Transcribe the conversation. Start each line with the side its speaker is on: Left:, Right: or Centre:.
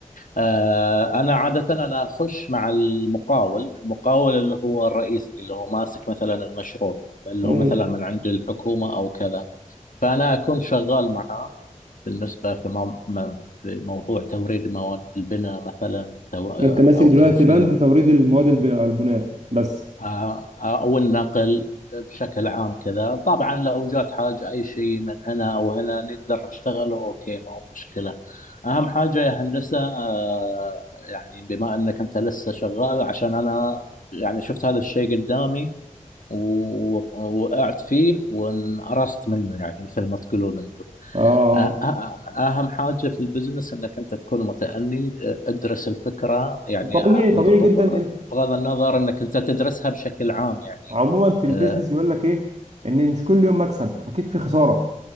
Left: آه، انا عاده انا اخش مع المقاول المقاول اللي هو الرئيس اللي هو ماسك مثلا المشروع اللي
Right: امم
Left: هو مثلا من عند الحكومه او كذا فانا اكون شغال معه بالنسبه في مو- في موضوع توريد مواد البناء مثلا تو- آه،
Right: انت ماسك
Left: او
Right: دلوقتي
Left: توفير
Right: بند توريد المواد الب- البناء بس
Left: آه، آه، او النقل بشكل عام كذا طبعا لو جات حاجه اي شيء من هنا او هنا نقدر نشتغله اوكي ما هو مشكله اهم حاجه يا هندسه آه، يعني بما انك انت لسه شغال عشان انا يعني شفت هذا الشيء قدامي و- ووقعت فيه وانقرصت منه يعني مثل ما تقولون انتم
Right: اه
Left: أ- أ- أهم حاجة في البزنس أنك أنت تكون متأني ادرس الفكرة يعني
Right: طبيعي طبيعي
Left: ب- ب-
Right: جدا
Left: ب-
Right: انت
Left: بغض النظر أنك أنت تدرسها بشكل عام يعني
Right: عموما في البيزنس
Left: أه،
Right: يقول لك ايه ان مش كل يوم مكسب اكيد في خساره